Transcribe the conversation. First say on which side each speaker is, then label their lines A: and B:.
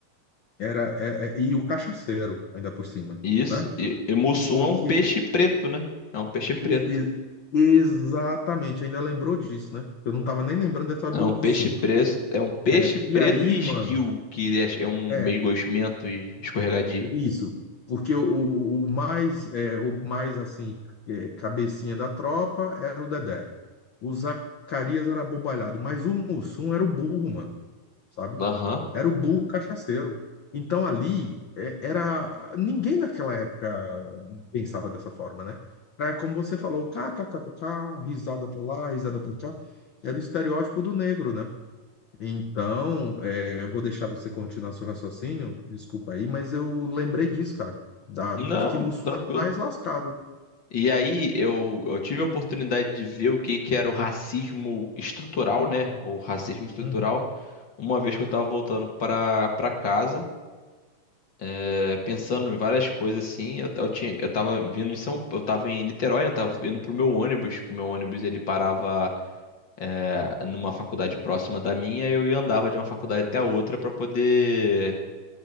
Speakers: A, on the left; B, on the left.
A: Era, é- é- e o cachaceiro, ainda por cima,
B: Isso.
A: né?
B: E, e mussum
A: Porque
B: é um peixe preto, né? É um peixe preto.
A: Ex- ex- Exatamente, ainda lembrou disso, né? Eu não tava nem lembrando da história
B: É
A: do
B: um
A: Mussum.
B: peixe preto. É um peixe
A: É, E
B: preto
A: aí,
B: e
A: mano,
B: esguio, que é é um
A: é
B: meio gosmento e escorregadio.
A: isso. Porque o, o- o mais, é, o mais assim, é, cabecinha da tropa era o Dedé. O Zacarias era abobalhado, mas o Mussum era o burro, mano. sabe?
B: Aham.
A: Era o burro cachaceiro. Então ali é, era ninguém naquela época pensava dessa forma, né? Era como você falou, kkkk, risada pra lá, risada pra cá. Era o estereótipo do negro, né? Então, é, eu vou deixar você continuar seu raciocínio, desculpa aí, mas eu lembrei disso, cara, da, de
B: Não,
A: que Mussum
B: tranquilo.
A: era o mais lascado, né?
B: E aí eu, eu tive a oportunidade de ver o que, que era o racismo estrutural, né? O racismo estrutural,
A: Uhum.
B: uma vez que eu tava voltando pra, pra casa. é, pensando em várias coisas assim. Eu, eu tinha, eu tava vindo em São, eu tava em Niterói, né? Tava indo pro meu ônibus, que o meu ônibus ele parava é, numa faculdade próxima da minha, e eu ia andava de uma faculdade até a outra pra poder